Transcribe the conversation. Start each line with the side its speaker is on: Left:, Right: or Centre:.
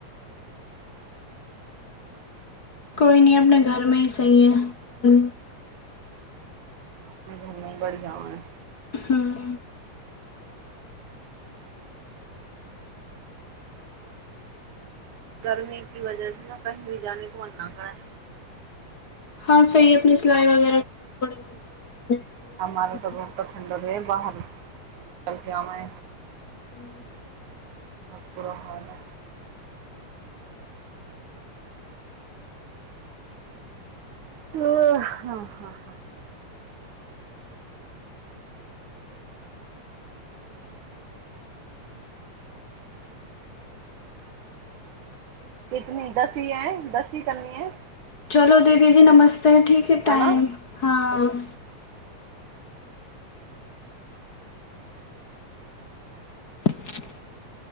Left: कोइ
Right: घूमने
Left: नहिं
Right: की
Left: अपने
Right: तो
Left: घरमे ही सही है कर
Right: अपने घरमे बढ़ियां है
Left: हं
Right: गर्मी क वजह से ने कही भी जााने को मन ना करत
Left: हँ सही अपनी सिलई वगैरह कर थोड़े बहुत भी जाएंगे
Right: हमर तऽ बहु ठंडक रहय बाहर निकल क मे
Left: ह <inaudible>
Right: भ पुर रहलए आ हँ ह ह कतनी दस ह है दस ह करनी है
Left: हेलो दीदी जी नमस्त चल ठीक ह टाइम
Right: है ना
Left: हँ <unintelligible>